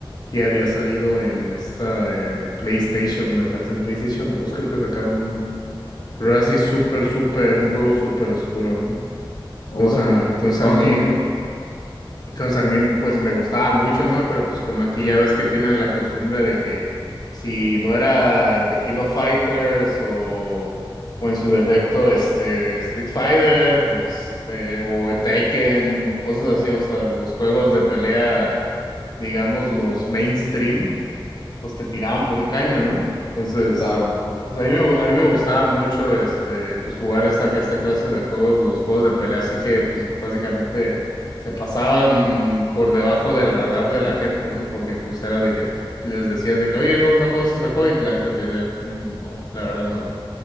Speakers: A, on the left; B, on the left.
A: y había salido en esta, en PlayStation, me parece en PlayStation 2 creo que sacaron uno. Pero era así súper, súper, un juego súper oscuro, ¿no?
B: Órale.
A: Entonces, a- entonces
B: No
A: a mí,
B: sé, no los...
A: entonces a mí, pues me gustaba mucho, ¿no? Pero pues como aquí ya ves que tienen la costumbre de que si no era Tequino Fighters o, o en su defecto, este, Street Fighter, pues, este, o Tekken, o cosas así, o sea, los juegos de pelea, digamos, los mainstream pues te tiraban por un caño, ¿no? Entonces,
B: Claro.
A: pues a mí me, gu- a mí me gustaba mucho, este, pues jugar esta, esta clase de juegos, los juegos de pelea, así que, pues básicamente se pasaban por debajo del radar de la gente, ¿no? Porque, pues era de que pues, les decías de que, oye, no, no conoces este juego y la gente te dice, "Mm, no, la verdad no.